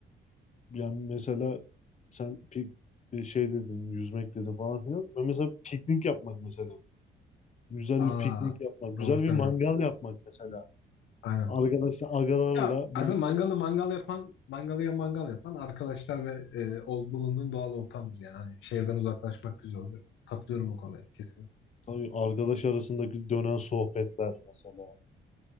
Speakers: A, on the left; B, on the left.
A: Yani mesela sen pik e, şey dedin, yüzmek dedin falan filan. Ben mesela piknik yapmak mesela. Güzel
B: Aa,
A: bir piknik yapmak, güzel
B: doğru
A: bir
B: söylüyorsun.
A: mangal yapmak mesela.
B: Aynen.
A: Arkadaşlar, agalarla
B: Ya, aslında
A: birlikte
B: mangalı mangal yapan, mangalıya mangal yapan arkadaşlar ve e, ol- bulunduğun doğal ortamdır yani. Hani şehirden uzaklaşmak güzel oluyor. Katılıyorum o konuya kesin.
A: tabii arkadaş arasındaki dönen sohbetler mesela.